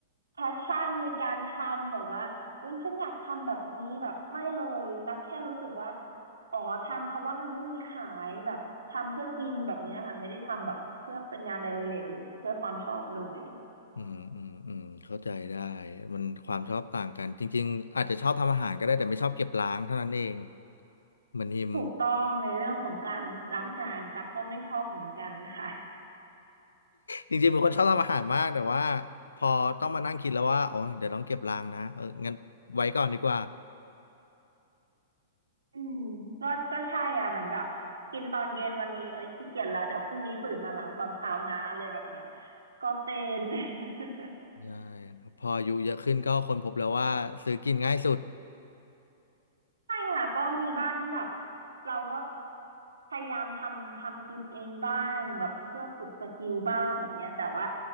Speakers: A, on the right; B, on the left.
A: แพชชั่นในการทำแบบว่าอุ๊ยฉันอยากทำแบบนี้แบบไม่เลยตักแค่รู้สึกว่าอ๋อทำเพราะว่ามันไม่มีขายแบบทำเพื่อกินแบบเนี้ยค่ะไม่ได้ทำแบบเพื่อเป็นงานอดิเรกหรือเพื่อความชอบเลย
B: อืมอืมอืมเข้าใจได้มันความชอบต่างกันจริงๆอาจจะชอบทำอาหารก็ได้แต่ไม่ชอบเก็บล้างเท่านั้นเองเหมือนฮิม
A: ถูกต้องในเรื่องของการล้างจานตักก็ไม่ชอบเหมือนกันค่ะ
B: จริงๆเป็นคนชอบทำอาหารมากแต่ว่าพอต้องมานั่งคิดแล้วว่าอ๋อเดี๋ยวต้องเก็บรางนะเอองั้นไว้ก่อนดีกว่า
A: อืมก็ก็ใช่อ่ะเหมือนแบบกินตอนเย็นวันนี้เอ้ยขี้เกียจแล้วเดี๋ยวพรุ่งนี้ตื่นมาล้างตอนเช้านะอะไรแบบเนี้ยก็เป็น <laughs>
B: ใช่ครับพออายุเยอะขึ้นก็ค้นพบแล้วว่าซื้อกินง่ายสุด
A: ใช่ค่ะก็มีบ้างที่แบบเราก็พยายามทำทำกินเองบ้างแบบเพื่อฝึกสกิลบ้างแบบเนี้ยแต่ว่า